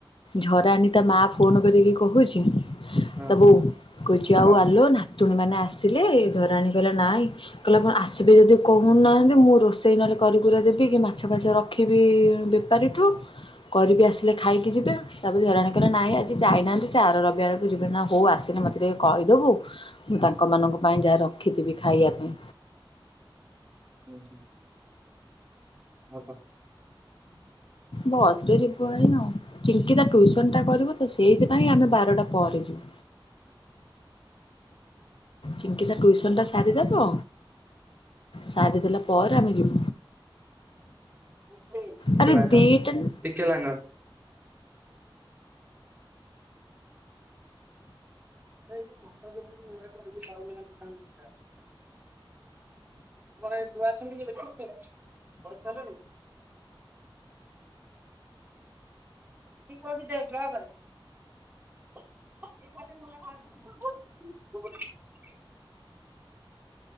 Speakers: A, on the left; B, on the right.
A: ଝରାଣୀ ତା ମା ଫୋନ କରିକି କହୁଛି
B: ହଁ
A: ତା ବୋଉ କହୁଛି ଆଉ
B: ହଁ
A: ଆଲୋ ନାତୁଣୀ ମାନେ ଆସିଲେ ଧରାଣୀ କହିଲା ନାଇଁ କହିଲେ ଆସିବେ ଯଦି କହୁନାହାନ୍ତି ମୁଁ ରୋଷେଇ ନହଲେ କରିିକୁରା ଦେବି କି ମାଛ ଫାଛ ରଖ ରଖିବି ବେପାରୀଠୁ କରିବି
B: ହୁଁ
A: ଆସିଲେ ଖାଇକି ଯିବେ ତାପରେ ଝରାଣୀ କହିଲା ନାହିଁ ଆଜି ଯାଇନାହାନ୍ତି ସେ ଆର ରବିବାରକୁ ଯିବେ ନା ହଉ ଆସିଲେ ମତେ ଟିକେ କହିଦେବୁ ମୁଁ ତାଙ୍କମାନଙ୍କ ପାଇଁ ଯାହା ରଖିଥିବି ଖାଇବା ପାଇଁ
B: ହୁଁ ହୁଁ ହଁ ହ
A: ବସ୍ରରେ ଯିବୁ ଆଣି ଆଉ ଚିଙ୍କି ତା ଟ୍ୟୁସନ୍ଟା କରିବୁ ତ ସେଇଥିପାଇଁ ଆମେ ବାରଟା ପରେ ଯିବୁ ଚିଙ୍କିତା ଟୁଇସନ ଟା ସାରିଦବ ସାରିଦେଲା ପରେ ଆମେ ଯିବୁ
B: ଟିକେ
A: ଆରେ
B: ଲାଇନ୍
A: ଦିଟା
B: ରେ ଟିକେ ଟିକେ ଲାଇନ୍ ରେ ସେଇ ଯୋଉ ଭକ୍ତବ୍ୟ କରିବି ପାଉ ମାନେ ନୂଆ ଅଛନ୍ତି କି ଲଖ ପଇସା ହେଲାଣି <unintelligible> <unintelligible>